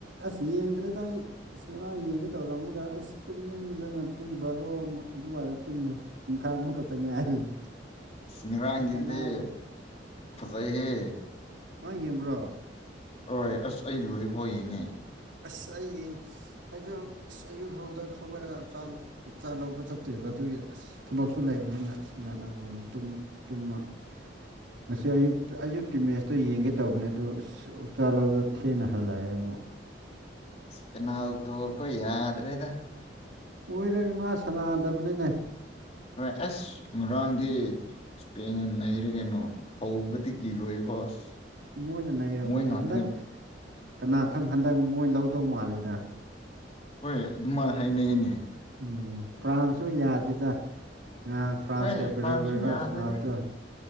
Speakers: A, on the right; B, on the left.
A: ꯑꯁ ꯌꯦꯡꯗ꯭ꯔꯦꯗꯥꯏ ꯑꯁ ꯉꯔꯥꯡ ꯌꯦꯡꯒꯦ ꯇꯧꯔꯝꯃꯒ ꯑꯁ ꯇꯨꯝꯅꯤꯡꯗꯅ ꯄꯨꯡ ꯕꯥꯔꯣꯨꯛ ꯑꯗꯨꯋꯥꯏꯗ ꯇꯨꯝꯃꯦ ꯄꯨꯡꯈꯥꯏꯃꯨꯛ ꯈꯛꯇ ꯉꯥꯏꯔꯤ
B: ꯅꯤꯔꯥꯡꯒꯤꯗꯤ
A: ꯑꯁ ꯀꯅꯥꯗꯦ
B: ꯐꯖꯩꯍꯦ
A: ꯑ ꯌꯦꯡꯕ꯭ꯔꯣ
B: ꯍꯣꯏꯣꯏ ꯑꯁ ꯑꯩ ꯂꯣꯏ ꯐꯥꯎ ꯌꯦꯡꯉꯦ
A: ꯑꯁ ꯑꯩꯡ ꯑꯩꯁꯨ ꯑꯁ ꯑꯌꯨꯛ ꯍꯧꯗ ꯍꯧꯒꯠꯂꯒ ꯎꯆꯥ ꯂꯧꯕ ꯆꯠꯇꯣꯏꯕ ꯑꯗꯨꯒꯤ ꯑꯁ ꯊꯕꯛꯁꯨ ꯂꯩꯕꯅꯤꯅ ꯑꯁ ꯅꯅ ꯇꯨꯝꯃ ꯉꯁꯤ ꯑꯌꯨꯛꯇ ꯑꯌꯨꯛꯀꯤ ꯃꯦꯠꯁꯇ ꯌꯦꯡꯒꯦ ꯇꯧꯕꯅꯦ ꯑꯗꯨ ꯎꯛꯆꯥꯥ ꯂꯧꯥꯎꯗ ꯊꯦꯡꯅ ꯍꯜꯂꯛꯑꯦ ꯑꯃꯨꯛ ꯑꯣꯣ
B: ꯀꯅꯥꯎꯗ ꯀꯣꯏ ꯌꯥꯗ ꯔꯦꯗ
A: ꯑꯣꯏꯔꯅꯤ ꯃꯥ ꯁꯅꯥꯗꯕꯅꯤꯅꯦ
B: ꯍꯣꯏ ꯑꯁ ꯉꯔꯥꯡꯗꯤ ꯏꯁꯄꯦꯟꯅ ꯅꯩꯔꯦ ꯀꯩꯅꯣ ꯍꯧꯕꯗꯤ ꯀꯤ ꯂꯣꯏꯕ ꯍꯁ
A: ꯃꯣꯏꯅ ꯅꯩꯔꯝꯒꯅꯤ
B: ꯃꯣꯏ ꯂꯥꯛꯇꯅꯦ
A: ꯍꯟꯗꯛ ꯀꯅꯥ ꯈꯪ ꯍꯟꯗꯛ ꯃꯣꯏ ꯂꯧꯗꯧ ꯃꯥꯜꯂꯦꯗ
B: ꯍꯣꯏ ꯑꯗꯨꯃꯥꯏꯅ ꯍꯥꯏꯅꯉꯤꯅꯦ
A: ꯎꯝ ꯄ꯭ꯔꯥꯥꯟꯁꯨ ꯌꯥꯗꯦꯗ ꯉ ꯐ꯭ꯔꯥꯟꯁ
B: ꯍꯣꯏ
A: ꯀꯦꯄꯤꯇꯦꯜꯒꯔ
B: ꯐ꯭ꯔꯥꯟꯁꯁꯨ ꯌꯥꯗꯦꯗ
A: ꯁꯅꯍꯎꯗꯣ